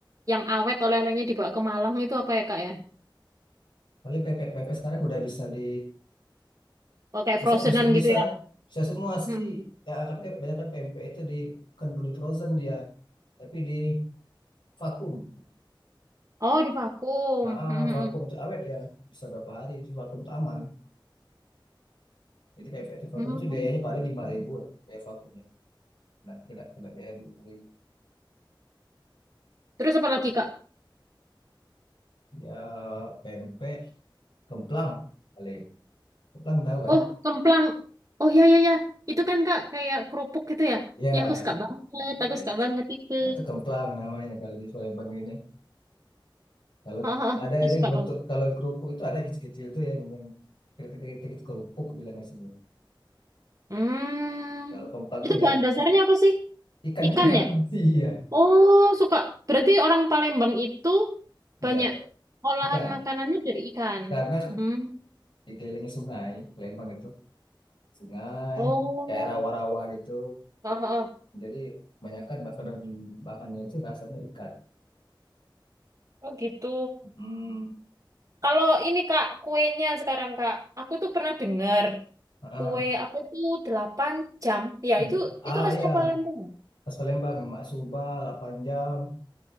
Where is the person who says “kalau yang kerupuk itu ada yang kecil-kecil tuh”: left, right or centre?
Left